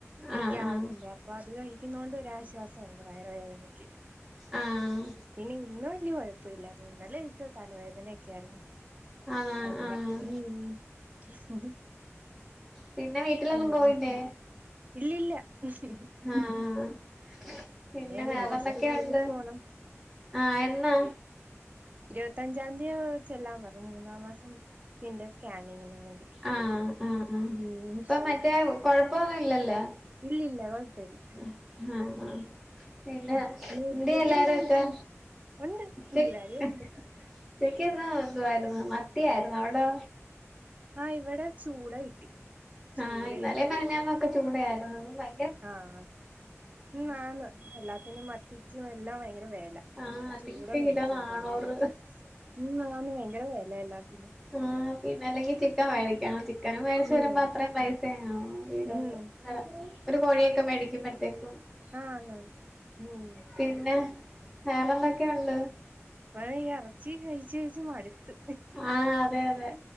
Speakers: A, in the centre; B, on the right (about 30°).
A: ആഹ്
B: ഈ ഗ്യാസിന്റെ.
A: ആഹ്
B: അപ്പൊ അത് കഴിക്ക്ന്നോണ്ടൊരാശ്വാസൊണ്ട് വയറ് വേദനക്ക്.
A: ആഹ്
B: പിന്നെ ഇന്ന് വല്ല്യ കൊഴപ്പൊല്ലായിരുന്നു. ഇന്നലെ എനിക്ക് തലവേദനൊക്കായിരുന്നു.
A: ആഹ്
B: അല്ല
A: ആഹ്
B: ഉം <unintelligible>
A: പിന്നെ വീട്ടിലൊന്നും
B: പിന്നെ
A: പോയില്ലേ?
B: ഇല്ലില്ല <unintelligible>
A: ആഹ് പിന്നെ
B: ഇനി
A: വേറെന്തൊക്കെയ്ണ്ട്?
B: ഹോസ്പിറ്റലിൽ പോണം
A: ആഹ്, എന്നാ?
B: ഇരുവത്തഞ്ചാന്തിയ ചെല്ലാൻ പറഞ്. മൂന്നാം മാസം ത്തിന്റെ സ്കാനിങ്ങിന്. വേണ്ടി
A: ആഹ് ആഹ് ആഹ്,
B: ഉം
A: ഇപ്പൊ മറ്റേ കൊഴപ്പൊന്നുല്ലല്ലാ?
B: ഇല്ലില്ല കൊഴപ്പല്ല
A: ആഹ് ആഹ് ആഹ് പിന്നെ,
B: പിന്നെ ഉച്ചക്ക്
A: എന്തേ എല്ലാരൊക്കെ?
B: എന്താ വെച്ചേ ഉണ്ട്
A: ച്ചക്ക്
B: എല്ലാരും
A: <unintelligible>
B: ഉണ്ട്
A: ഉച്ചയ്ക്കന്നാ എന്തുവായിരുന്നു മത്തി ആയിരുന്നു. അവടൊ?
B: ആഹ്, ഇവടെ ചൂട കിട്ടി. ചൂടയും
A: ആഹ് ഇന്നലെ മെനഞ്ഞാന്നൊക്കെ ചൂടയായിരുന്നു. വൈ
B: ആഹ് ഉം ആന്ന് എല്ലാത്തിനും മത്തിക്കും എല്ലാം ഭയങ്കര വെല ഇന്നിപ്പ
A: ആഹ് അതിക്ക്
B: ചൂട മേടിച്ചോണ്ട്
A: കിലോ നാണൂറ്
B: വന്ന്. ഇന്നാണെ ഭയങ്കര വെല എല്ലാത്തിനും.
A: ആഹ് പിന്നല്ലെങ്കി ചിക്കൻ വേടിക്കണം. ചിക്കനും മേടിച്ച്
B: ഉം
A: വരുമ്പോ അത്രയും പൈസന്നാവും. വീടോൾക്ക്
B: ഉം
A: ഒരു കോഴിയൊക്കെ മേടിക്കുമ്പത്തേക്കും
B: ആന്ന് ആന്ന് ഉം
A: പിന്നെ, വേറെന്തൊക്കെയുണ്ട്?
B: ഇവടെ ഈ എറച്ചിം കഴിച്ച് കഴിച്ച് മട്ത്ത്.
A: ആഹ് അതെ അതെ,